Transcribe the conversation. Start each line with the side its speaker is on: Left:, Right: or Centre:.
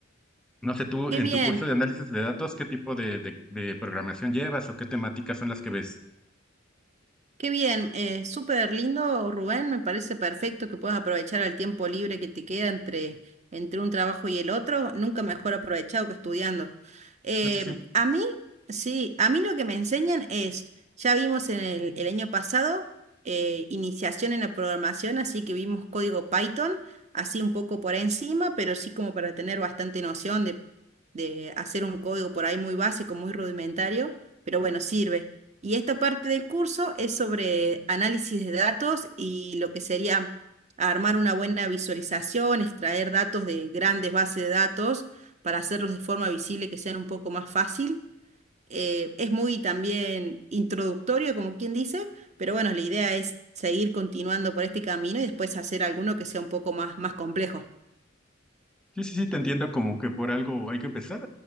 Centre: No sé, tú
Right: Qué
Centre: en
Right: bien,
Centre: tu curso de análisis de datos, ¿qué tipo de, de de programación llevas o qué temáticas son las que ves?
Right: Qué bien, eh, súper lindo, Rubén. Me parece perfecto que puedas aprovechar el tiempo libre que te queda entre, entre un trabajo y el otro. Nunca mejor aprovechado que estudiando. Eh,
Centre: Eso sí.
Right: a mí, sí, a mí lo que me enseñan es, ya vimos en el, el año pasado, eh, iniciación en la programación, así que vimos código Python, así un poco por encima, pero sí como para tener bastante noción de, de hacer un código por ahí muy básico, muy rudimentario, pero bueno, sirve. Y esta parte del curso es sobre análisis de datos y lo que sería armar una buena visualización, extraer datos de grandes bases de datos para hacerlos de forma visible que sean un poco más fácil. Eh, es muy también introductorio, como quien dice, pero bueno, la idea es seguir continuando por este camino y después hacer alguno que sea un poco más, más complejo.
Centre: Sí, sí, sí, te entiendo como que por algo hay que empezar.